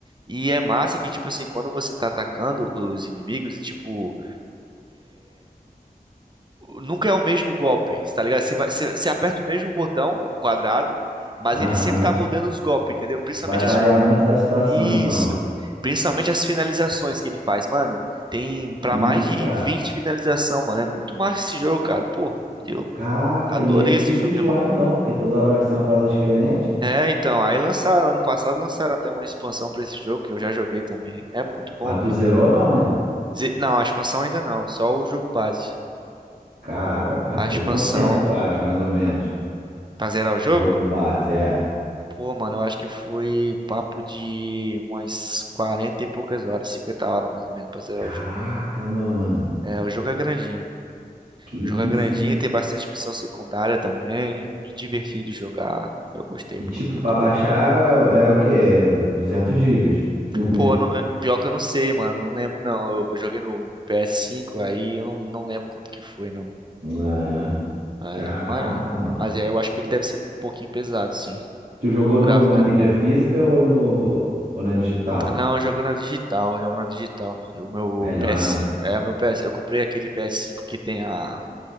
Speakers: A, on the right; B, on the right.
A: E é massa que, tipo assim, quando você tá atacando os inimigos, é tipo. Nunca é o mesmo golpe, tá ligado? Você, vai, você, você aperta o mesmo botão, o quadrado, mas
B: Aham.
A: ele sempre tá mudando os golpes, entendeu? Principalmente
B: Vai variar
A: as, fi-
B: muito da situação,
A: Isso.
B: então.
A: Principalmente as finalizações que ele faz, mano. Tem pra
B: Que isso,
A: mais de
B: cara.
A: 20 finalização, mano. É muito massa esse jogo, cara. Pô, eu
B: Caraca,
A: adorei
B: e é difícil
A: esse jogo,
B: enjoar,
A: irmão.
B: então, porque toda hora vai ser uma parada diferente.
A: É, então, aí lançaram, ano passado lançaram até uma expansão pra esse jogo que eu já joguei também. É muito bom,
B: Mas
A: velho.
B: tu zerou, não, né?
A: Ze- Não, a expansão ainda não, só o jogo base.
B: Caraca, cara.
A: A expansão
B: E quanto tempo tu acha, mais ou menos?
A: pra zerar o jogo?
B: O jogo base, é.
A: Pô, mano, eu acho que foi papo de umas 40 e poucas horas, 50 horas mais ou menos pra zerar
B: Caraca,
A: o jogo.
B: mano.
A: É, o jogo é grandinho.
B: Que isso,
A: O jogo é grandinho,
B: hein?
A: tem bastante missão secundária também. É muito divertido jogar. Eu gostei,
B: E,
A: pô.
B: tipo,
A: Muito
B: pra baixar
A: bom.
B: é, é o quê? Duzentos gigas. <laughs>
A: Pô, eu não- é, pior que eu não sei, mano. Não lembro, não. Eu joguei no, no PS5, aí eu não, não lembro quanto que foi, não.
B: Ah,
A: É,
B: caraca,
A: mas,
B: mano.
A: mas é, eu acho que ele deve ser um pouquinho pesado, sim.
B: Tu jogou
A: O gráfico
B: no, na mídia
A: é bom.
B: física ou, no, ou na digital?
A: Não, eu jogo na digital, eu jogo na digital. O meu
B: É Melhor,
A: PS5,
B: né?
A: é o meu PS, eu comprei aquele PS5 que tem a,